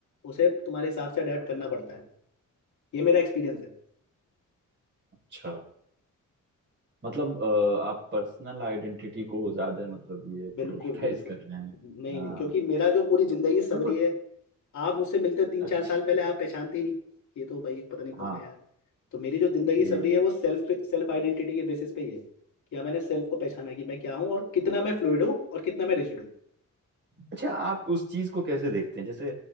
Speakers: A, on the left (about 65°); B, on the right (about 35°).
A: उसे तुम्हारे हिसाब से अडेप्ट करना पड़ता है ये मेरा एक्सपीरियंस है
B: अच्छा मतलब अ, आप पर्सनल आइडेंटिटी को ज्यादा मतलब ये
A: बिल्कुल
B: प्रोटेक्टाइज
A: बिल्कुल
B: कर रहे हैं
A: नहीं
B: हाँ
A: नहीं क्योंकि मेरा जो पूरी जिंदगी सवरी
B: बिल्कुल
A: है आप मुझसे मिलते तीन
B: अच्छा
A: चार साल पहले आप पहचानते ही नहीं ये तो भाई पता नहीं कौन
B: हाँ
A: है यार तो मेरी जो जिंदगी
B: ये
A: सवरी है वो सेल्फ सेल्फ आइडेंटिटी के बेसिस पे ही है या मैंने सेल्फ को पहचाना कि मैं क्या हूँ और कितना मैं फ्लूइड हूँ और कितना मैं रिजिड हूँ
B: अच्छा आप उस चीज को कैसे देखते हैं जैसे